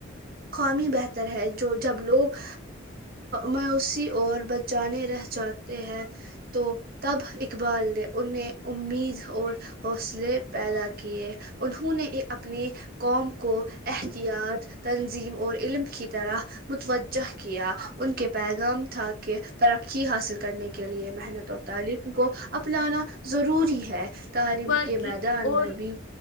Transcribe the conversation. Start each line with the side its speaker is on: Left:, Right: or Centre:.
Right: قومی بہتر ہے جو جب لوگ میوسی اور بچانے رہ جاتے ہیں تو تب اقبال نے انہیں امید اور حوصلے پیدا کیے انہوں نے اپنی قوم کو احتیاط تنظیم اور علم کی طرح متوجہ کیا ان کے پیغام تھا کہ ترقی حاصل کرنے کے لیے محنت اور تعلیم کو اپنانا ضروری ہے تعلیم
Left: اقبال
Right: کے
Left: کی
Right: میدان
Left: اور
Right: میں بھی